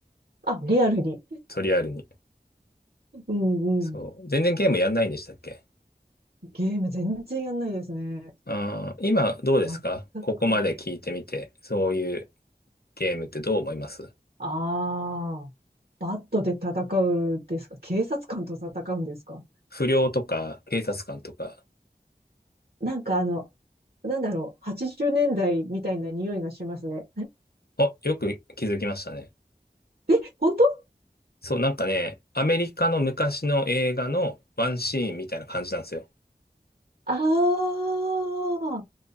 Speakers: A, on the right (about 65°); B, on the left (about 65°).
A: あ。あ、リアルに。
B: とりあえずに。
A: うんうん。
B: そう。全然ゲームやんないんでしたっけ
A: ゲーム全然やんないですね。
B: あー、今、どうですかここまで聞いてみて、
A: 全く。
B: そういうゲームってどう思います
A: ああ。バットで戦うんですか警察官と戦うんですか
B: 不良とか、警察官とか。
A: なんかあの、なんだろう。80年代みたいな匂いがしますね。
B: あ、よく気づきましたね。
A: え本当
B: そう、なんかね、アメリカの昔の映画のワンシーンみたいな感じなんですよ。
A: ああ、